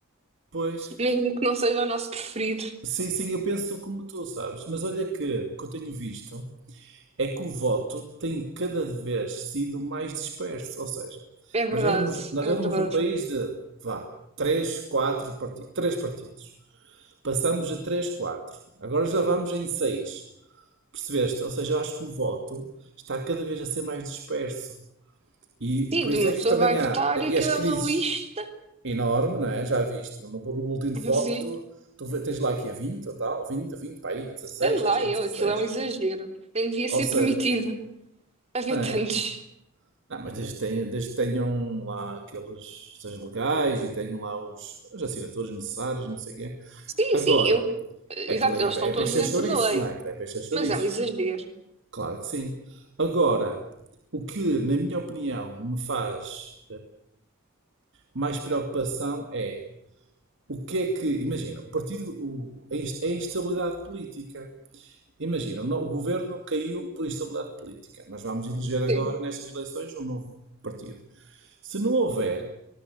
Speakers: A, on the right; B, on the right.
A: Pois,
B: <laughs> mesmo que não seja o nosso preferido.
A: sim, sim, eu penso como tu, sabes? Mas olha que o que eu tenho visto é que o voto tem cada vez sido mais disperso. Ou seja,
B: É verdade,
A: nós éramos, nós
B: é
A: éramos
B: verdade.
A: um país de, vá, três, quatro partidos, três partidos. Passamos a três quatro Agora já vamos em seis Percebeste? Ou seja, eu acho que o voto está cada vez a ser mais disperso. E
B: Sim,
A: por
B: de
A: isso
B: uma
A: é que
B: pessoa
A: também
B: vai
A: há.
B: votar e
A: E
B: aquilo
A: as crises
B: é uma lista,
A: enormes, não é? Já viste. No, no boletim de
B: <laughs>
A: voto,
B: assim.
A: tu, tu tens lá aqui a 20 ou tal, 20 a 20, para aí, 16,
B: Sei lá,
A: acho que é
B: eu,
A: 16.
B: aquilo é um exagero. Nem devia ser
A: Ou seja,
B: permitido <laughs> haver
A: não é?
B: tantos.
A: Não, mas desde que, tenham, desde que tenham lá aqueles seus legais e tenham lá os, as assinaturas necessárias, não sei o quê.
B: Sim,
A: Agora,
B: sim, eu. Exato,
A: é aquele é,
B: eles estão
A: é
B: todos
A: peixe
B: dentro
A: a chouriços,
B: da lei.
A: não é? Aquilo é peixe a chouriços.
B: Mas é um exagero.
A: Claro que sim. Agora, o que, na minha opinião, me faz mais preocupação é o que é que. Imagina, o partido. o- a ins- a instabilidade política. Imagina, o no- o governo caiu por instabilidade política. Nós vamos eleger agora,
B: Sim.
A: nestas eleições, um novo partido. Se não houver